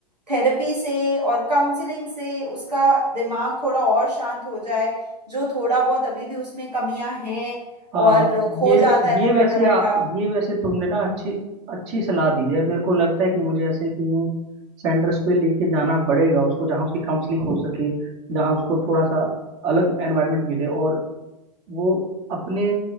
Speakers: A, on the right; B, on the right.
A: थेरेपी से और काउंसलिंग से उसका दिमाग थोड़ा और शांत हो जाए जो थोड़ा बहुत अभी भी उसमें कमियां हैं
B: हाँ
A: और खो
B: ये
A: जाता है
B: ये
A: वो बैठा
B: वैसे
A: बैठा
B: आ, ये वैसे तुमने ना अच्छी अच्छी सलाह दी है मेरे को लगता है कि मुझे ऐसे कहीं सेंटर्स पे लेके जाना पड़ेगा उसको जहाँ उसकी काउंसलिंग हो सके जहाँ उसको थोड़ा सा अलग एनवायरनमेंट मिले और वो अपने